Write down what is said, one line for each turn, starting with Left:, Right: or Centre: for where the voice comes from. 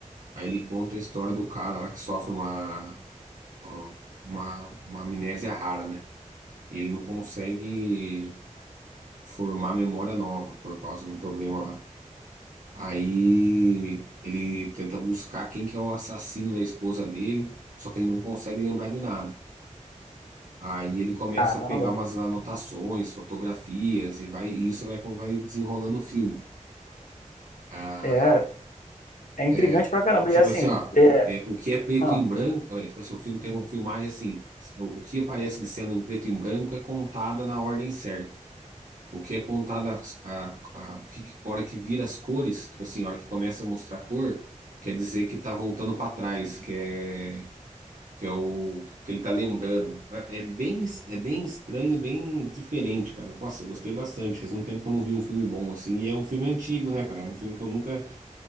Right: Aí ele conta a história do cara lá que sofre uma, ó, uma, uma amnésia rara, né? Ele não consegue. formar memória nova por causa de um problema lá. Aí ele tenta buscar quem que é o assassino da esposa dele, só que ele não consegue lembrar de nada. Aí ele começa
Left: Caramba,
Right: a pegar umas anotações, fotografias e vai e isso vai, vai desenrolando o filme. Ah,
Left: é é intrigante
Right: é,
Left: pra caramba.
Right: tipo
Left: E assim,
Right: assim, ó,
Left: é,
Right: é, o que é preto
Left: ah.
Right: em branco, é, tipo assim, o filme tem uma filmagem assim, o, o que aparece de cena em preto e branco é contada na ordem certa. O que é contado a, a, a, o que, a hora que vira as cores, tipo assim, a hora que começa a mostrar cor, quer dizer que tá voltando para trás, que é, que é o que ele tá lembrando. É é bem, é bem estranho e bem diferente, cara. Nossa, eu gostei bastante. Faz um tempo que eu não vi um filme bom assim. E é um filme antigo, né, cara? É um filme que eu nunca,